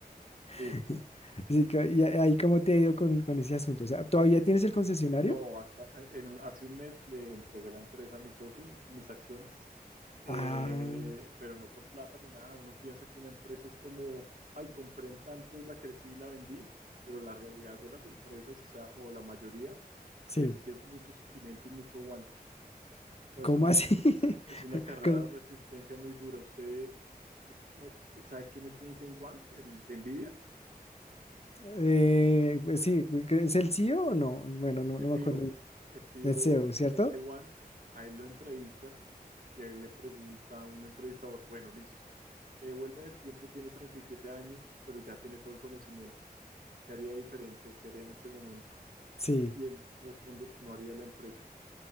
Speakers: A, on the right; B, on the left.
A: Sí,
B: <laughs> Sí, ca- y a- ahí cómo te ha ido con, con ese asunto. O sea, ¿todavía tienes el concesionario?
A: No, hasta eh, en un- hace un mes le entregué la empresa a mi socio, mis acciones, eh,
B: Ah,
A: pero no por plata ni nada. Uno piensa que una empresa es como, ay, compré en tantos, la crecí y la vendí, pero la realidad de las empresas, o sea, o la mayoría,
B: sí.
A: es que es mucho sufrimiento y mucho aguante. O sea,
B: ¿Cómo
A: es una,
B: así?
A: ca- es una
B: <laughs>
A: carrera
B: ¿Cómo?
A: de resistencia muy dura. Usted, us- no- ¿sabe quién es Jensen Huang, el de Nvidia?
B: Eh, pues sí, ¿es el CEO o o no? Bueno, no,
A: El
B: no me
A: CEO,
B: acuerdo bien.
A: el CEO
B: Es CEO, ¿cierto?
A: James Ewan, a él lo entrevistan y a él le pregunta a un entrevistador, bueno, listo, te devuelven el tiempo, tiene 37 años, pero ya tiene todo el conocimiento. ¿Qué haría diferente o qué haría en este momento?
B: Sí.
A: Y él responde, no haría la empresa.